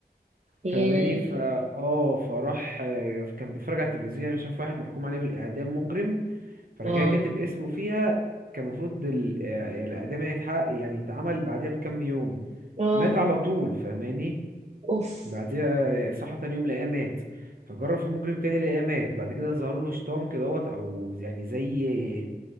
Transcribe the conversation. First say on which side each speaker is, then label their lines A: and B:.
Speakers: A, on the right (about 40°); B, on the right (about 60°).
A: ياه
B: فاهماني فا اه فراح آه، كان بيتفرج على التلفزيون يعني شاف واحد محكوم عليه بالإعدام مجرم فراح
A: اه
B: جاي كاتب اسمه فيها كان المفروض ال- آه، الإعدام يعني يتحقق يعني يتعمل بعدها بكام يوم
A: اه
B: مات على طول فاهماني
A: اوف
B: بعديها آه، صحى تاني يوم لقاه مات فجرب في مجرم تاني لقاه مات بعد كده ظهر له شيطان كدهوت او يعني زي